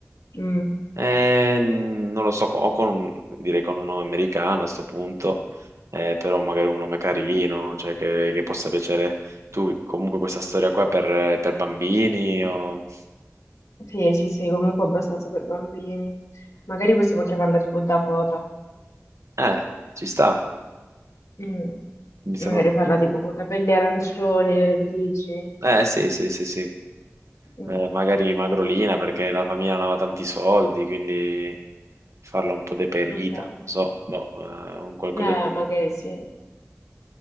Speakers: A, on the left (about 85°); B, on the right (about 75°).
A: Mm.
B: Eh, non lo so, o con, un- direi con un nome americano a sto punto, eh, però magari un nome carino, cioè che, che possa piacere tu comunque questa storia qua è per, per bambini o...
A: Sì, sì, sì, comunque abbastanza per bambini. Magari possiamo chiamarla tipo Dakota.
B: Eh, ci sta,
A: Mm.
B: mi sembra...
A: Magari farla tipo con capelli arancioni, le lentiggini.
B: Eh sì, sì, sì, sì.
A: Mm.
B: Eh, magari Magrolina perché la famiglia non aveva tanti soldi, quindi... farla un po' deperita,
A: Ok.
B: non so, boh, eh, un qualcosa
A: Eh,
B: di...
A: magari sì.